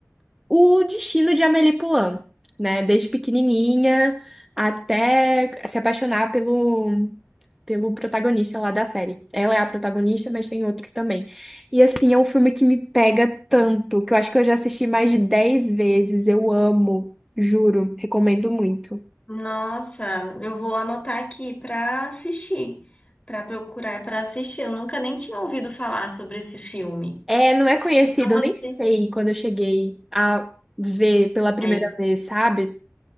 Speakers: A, in the centre; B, on the left.
A: o destino de Amélie Poulain, né? Desde pequenininha até se apaixonar pelo pelo protagonista lá da série. Ela é a protagonista, mas tem outro também. E assim, é um filme que me pega tanto, que eu acho que eu já assisti mais de 10 vezes. Eu amo, juro, recomendo muito.
B: Nossa, eu vou anotar aqui para assistir, para procurar para assistir. Eu nunca nem tinha ouvido falar sobre esse filme.
A: É, não é conhecido,
B: Então você.
A: eu nem sei quando eu cheguei a ver pela primeira
B: É isso.
A: vez, sabe?